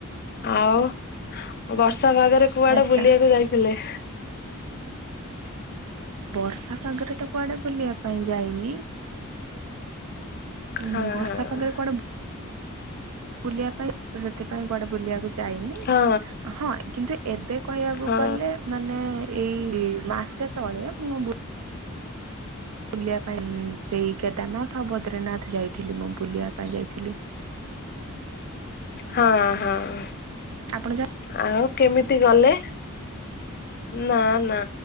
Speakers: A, on the left; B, on the right.
A: ଆଉ। ବର୍ଷା ପାଗରେ କୁଆଡେ
B: ଆଚ୍ଛା
A: ବୁଲିଆକୁ ଯାଇଥିଲେ? <inaudible>
B: ବର୍ଷା ପାଗରେ ତ କୁଆଡେ ବୁଲିବା ପାଇଁ ଯାଇନି। ହୁଁ
A: ହଁ
B: ବର୍ଷା
A: ହଁ।
B: ପାଖରେ କୁଆଡେ ବୁଲିବା ପାଇଁ ସେଥିପାଇଁ କୁଆଡେ ବୁଲିବାକୁ ଯା ଯାଇନି
A: ହଁ
B: ହଁ କିନ୍ତୁ ଏବେ କହିବାକୁ
A: ହଁ
B: ଗଲେ ମାନେ ଏଇ ମାସେ ତଳେ ମୁଁ ବୁଲିବା ପାଇଁ ସେଇ କେଦାରନାଥ ଆଉ ବଦ୍ରିନାଥ ଯାଇଥିଲି ମୁଁ ବୁଲିବା ପାଇଁ ଯାଇଥିଲି।
A: ହଁ ହଁ।
B: ଆପଣ ଯ
A: ଆଉ କେମିତି ଗଲେ? ନା ନା।